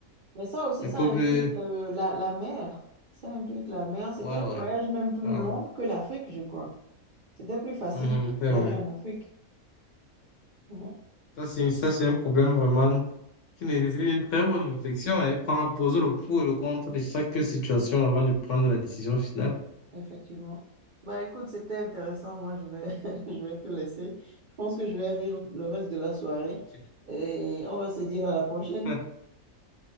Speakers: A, on the right (about 60°); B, on the left (about 65°).
A: Mais ça aussi,
B: Les
A: ça
B: peuples,
A: implique le- la, la mer. Ça implique la mer. C'était
B: ouais,
A: un
B: ouais.
A: voyage même plus
B: Ah
A: long
B: ouais.
A: que l'Afrique, je crois. C'était plus facile
B: Mhm, c'est
A: d'aller
B: vrai.
A: en Afrique. Ouais.
B: Ça, c'est, ça, c'est un problème vraiment qui nécessite une très bonne réflexion et prendre, poser le pour et le contre de chaque situation avant de prendre la décision finale.
A: Effectivement. Bah écoute, c'était intéressant. Moi, je vais, <laughs> je vais te laisser. Je pense que je vais rire le reste de la soirée
B: Ok.
A: et on va se dire à la prochaine.
B: <laughs>